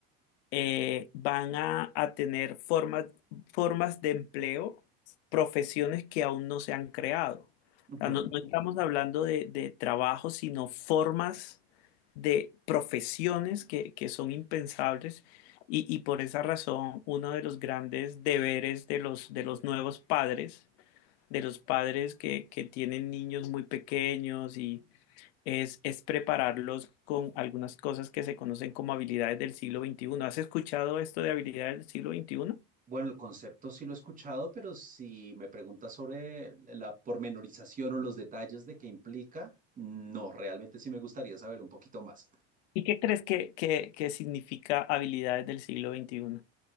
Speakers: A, on the left (about 80°); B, on the right (about 25°).
A: eh, van a, a tener formas, formas de empleo, profesiones que aún no se han creado.
B: Ujú.
A: O sea, no, no estamos hablando de, de trabajo, sino formas de profesiones que, que son impensables y, y por esa razón uno de los grandes deberes de los, de los nuevos padres, de los padres que, que tienen niños muy pequeños y es, es prepararlos con algunas cosas que se conocen como habilidades del siglo XXI. ¿Has escuchado esto de habilidades del siglo XXI?
B: Bueno, el concepto sí lo he escuchado, pero si me preguntas sobre la pormenorización o los detalles de qué implica, no, realmente sí me gustaría saber un poquito más.
A: ¿Y qué crees que, que, que significa habilidades del siglo XXI?